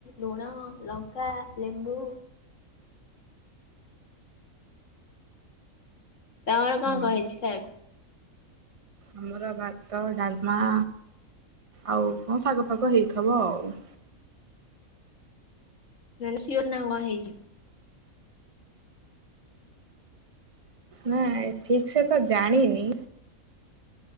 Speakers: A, on the left (about 60°); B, on the right (about 30°).
A: ଲୁଣ, ଲଙ୍କା, ଲେମ୍ବୁ ତମର କଁ
B: ହଁ
A: କଁ ହେଇଚି ଖାଇବାକୁ?
B: ଆମର ଭାତ, ଡ଼ାଲମା ଆଉ କଁ ଶାଗ ଫାଗ ହେଇଥିବ ଆଉ।
A: ମାନେ ସିଅର୍ ନୁହଁ କଣ ହେଇଚି।
B: ନା ଠିକ୍ ସେତ ଜାଣିନି